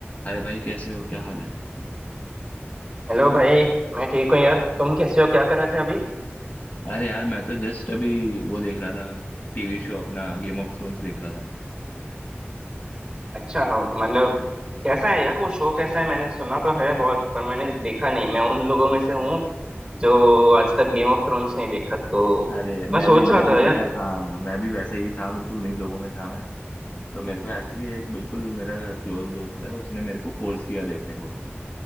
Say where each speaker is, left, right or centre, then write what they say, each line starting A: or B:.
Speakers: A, on the left (about 40°); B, on the right (about 15°).
A: अरे भाई कैसे हो क्या हाल है
B: Hello भाई मैं ठीक हूँ यार तुम कैसे हो क्या कर रहे थे अभी
A: अरे यार मैं तो जस्ट अभी वो देख रहा था टीवी शो अपना गेम ऑफ थ्रोन्स देख रहा था
B: अच्छा हाँ, मतलब कैसा है यार वो शो कैसा है मैंने सुना तो है बहुत पर मैंने देखा नहीं मैं उन लोगों में से हूँ जो आज तक गेम ऑफ थ्रोन्स नहीं देखा तो
A: अरे
B: मैं
A: मैं
B: सोच
A: भी मैं
B: रहा
A: भी
B: था यार
A: पता है हाँ मैं भी वैसे ही था बिल्कुल नहीं लोगों में था मैं तो मेरे को एक्चुअली एक बिल्कुल मेरा क्लोज दोस्त है उसने मेरे को फोर्स किया देखने को